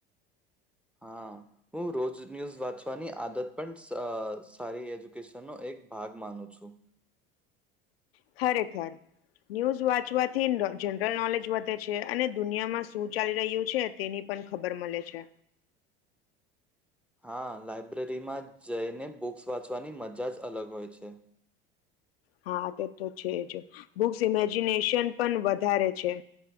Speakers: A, in the centre; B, on the left.
A: હા. હું રોજ ન્યૂઝ વાંચવાની આદત પણ અ સારી એજ્યુકેશનનો એક ભાગ માનું છું.
B: ખરેખર. ન્યૂઝ વાંચવાથી જનરલ નોલેજ વધે છે અને દુનિયામાં શું ચાલી રહ્યું છે, તેની પણ ખબર મલે છે.
A: હા લાઈબ્રેરીમાં જઈને બુક્સ વાંચવાની મજા જ અલગ હોય છે.
B: હા તે તો છે જ. બુક્સ ઇમેજિનેશન પણ વધારે છે.